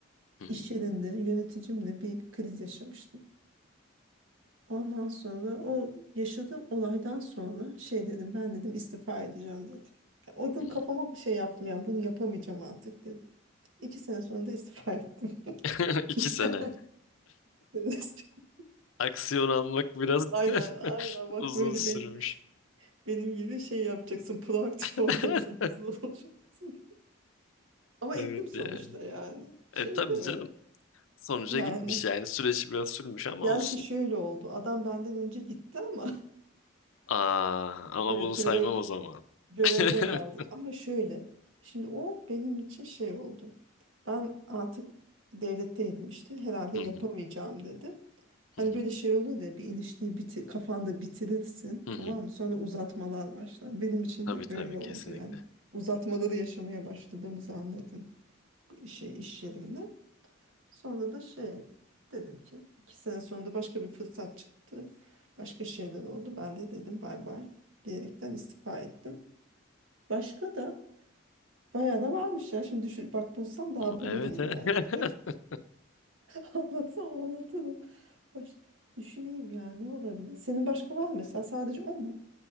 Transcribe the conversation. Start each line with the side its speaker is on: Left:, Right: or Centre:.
Left: Hı hı
Right: iş yerinde yöneticimle bir kriz yaşamıştım. Ondan sonra o yaşadığım olaydan sonra şey dedim ben dedim istifa edeceğim dedim. Ya O gün
Left: hı hı.
Right: kafama bir şey yaptım yani bunu yapamayacağım artık dedim. İki sene sonra da istifa ettim. <laughs>
Left: <laughs> İki
Right: İki
Left: sene.
Right: sene sonra- <laughs>
Left: Aksiyon almak biraz
Right: Aynen
Left: <laughs>
Right: aynen bak
Left: uzun
Right: böyle
Left: sürmüş.
Right: benim, benim gibi şey yapacaksın proaktif
Left: <laughs>
Right: olacaksın hızlı <laughs> olacaksın. Ama
Left: Evet
Right: ettim sonuçta
Left: yani.
Right: yani şey
Left: E tabii
Right: değil mi?
Left: canım. Sonuca
Right: Yani
Left: gitmiş yani. süreç biraz sürmüş ama
Right: gerçi
Left: olsun.
Right: şöyle oldu adam benden önce gitti ama
Left: Aa,
Right: <laughs>
Left: ama
Right: evet
Left: bunu saymam
Right: göre
Left: o zaman.
Right: Görevden
Left: <laughs>
Right: aldı. Ama şöyle. Şimdi o benim için şey oldu. Ben artık devletteydim işte. Herhalde
Left: Hı
Right: yapamayacağım
Left: hı,
Right: dedim. Hani
Left: hı hı,
Right: böyle şey olur ya bir ilişkiyi bitir, kafanda bitirirsin
Left: hı
Right: tamam
Left: hı.
Right: mı? Sonra uzatmalar başlar. Benim için
Left: Tabii
Right: de
Left: tabii
Right: öyle oldu
Left: kesinlikle.
Right: yani. Uzatmaları yaşamaya başladığımızı anladım şey, iş yerimde. Sonra da şey dedim ki iki sene sonra başka bir fırsat çıktı. Başka şeyler oldu. Ben de dedim bay bay diyerekten istifa ettim. Başka da Bayağı da varmış ya. Şimdi düşün, bak bulsam daha
Left: O,
Right: bulurum
Left: Evet
Right: yani.
Left: evet. <laughs>
Right: <laughs> Anlatsam anlatırım. Baş, düşüneyim ya ne olabilir? Senin başka var mı mesela? Sadece o mu?